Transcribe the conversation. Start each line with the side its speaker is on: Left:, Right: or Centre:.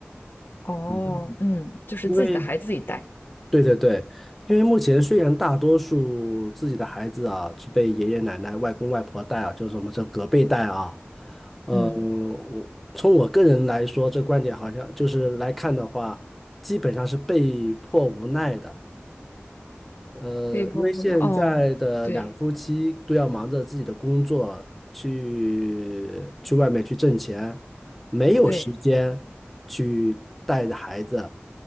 Left: 哦，
Centre: 嗯，
Left: 嗯，就是自己的孩子自己带，
Centre: 因为对对对，因为目前虽然大多数自己的孩子啊是被爷爷奶奶、外公外婆带啊，就是我们这隔辈带啊，嗯，
Left: 嗯，
Centre: 我从我个人来说，这观点好像就是来看的话，基本上是被迫无奈的。呃，
Left: 被迫无奈，
Centre: 因为现在的两夫妻都要忙着自己的工作，
Left: 哦，对
Centre: 去去外面去挣钱，没有时间去带着孩子，
Left: 对，